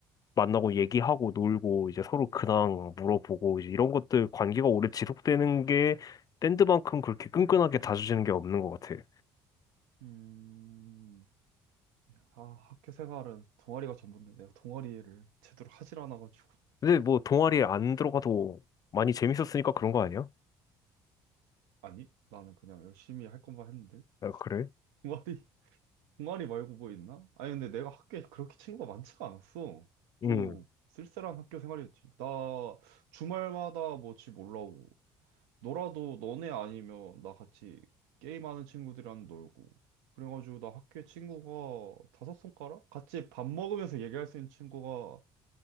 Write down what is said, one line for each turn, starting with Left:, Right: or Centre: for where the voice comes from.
Left: 만나고 얘기하고 놀고 이제 서로 근황 물어보고 이제 이런 것들 관계가 오래 지속되는 게 밴드만큼 그렇게 끈끈하게 다져지는 게 없는 것 같아.
Right: 음, 아, 학교 생활은 동아리가 전부인데 내가 동아리를 제대로 하질 않아가지고.
Left: 근데 뭐 동아리에 안 들어가도 많이 재밌었으니까 그런 거 아니야?
Right: 아니, 나는 그냥 열심히 할 것만 했는데.
Left: 아, 그래?
Right: 동아리 동아리 말고 뭐 있나? 아니, 근데 내가 학교에 그렇게 친구가 많지가 않았어. 좀
Left: 응.
Right: 쓸쓸한 학교 생활이었지. 나 주말마다 뭐 집 올라오고, 놀아도 너네 아니면 나 같이 게임하는 친구들이랑 놀고. 그래가지고 나 학교에 친구가 다섯 손가락? 같이 밥 먹으면서 얘기할 수 있는 친구가,